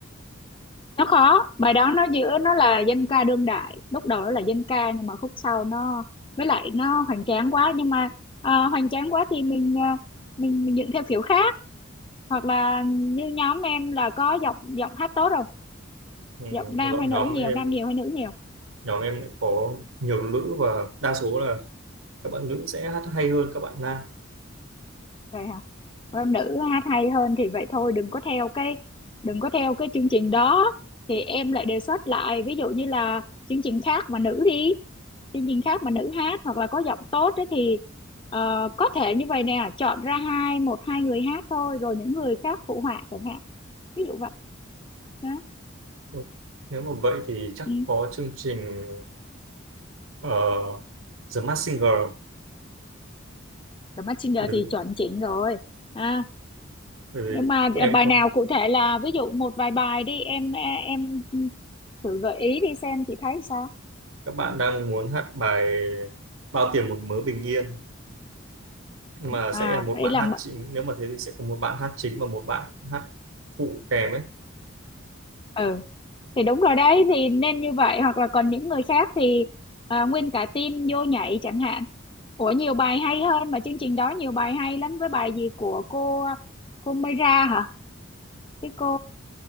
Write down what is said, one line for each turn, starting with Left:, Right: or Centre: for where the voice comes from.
Left: nó khó bài đó nó giữa nó là dân ca đương đại lúc đầu nó là dân ca nhưng mà khúc sau nó với lại nó hoành tráng quá nhưng mà à, hoành tráng quá thì mình à, mình mình dựng theo kiểu khác hoặc là như nhóm em là có giọng giọng hát tốt không
Right: ừ,
Left: giọng nam
Right: dọn
Left: hay nữ
Right: nhóm
Left: nhiều
Right: em
Left: nam nhiều hay nữ nhiều
Right: nhóm em lại có nhiều nữ và đa số là các bạn nữ sẽ hát hay hơn các bạn nam
Left: vậy hả ờ, nữ hát hay hơn thì vậy thôi đừng có theo cái đừng có theo cái chương trình đó thì em lại đề xuất lại ví dụ như là chương trình khác mà nữ đi chương trình khác mà nữ hát hoặc là có giọng tốt ấy thì ờ, có thể như vậy nè chọn ra hai một hai người hát thôi rồi những người khác phụ họa chẳng hạn ví dụ vậy đó
Right: Ừ. nếu mà vậy thì chắc
Left: ừ.
Right: có chương trình uh, The Masked Singer
Left: The Masked Singer
Right: bởi
Left: thì
Right: vì,
Left: chuẩn chỉnh rồi à
Right: bởi vì
Left: nhưng mà
Right: em
Left: bài
Right: có
Left: nào cụ thể là ví dụ một vài bài đi em em thử gợi ý đi xem chị thấy sao
Right: các bạn đang muốn hát bài Bao tiền một mớ bình yên mà sẽ
Left: à
Right: là một
Left: đây
Right: bạn
Left: là
Right: hát
Left: m-
Right: chính nếu mà thế thì sẽ có một bạn hát chính và một bạn hát phụ kèm ấy
Left: ừ thì đúng rồi đấy thì nên như vậy hoặc là còn những người khác thì à, nguyên cả team vô nhảy chẳng hạn ủa nhiều bài hay hơn mà chương trình đó nhiều bài hay lắm với bài gì của cô cô Mayra hả cái cô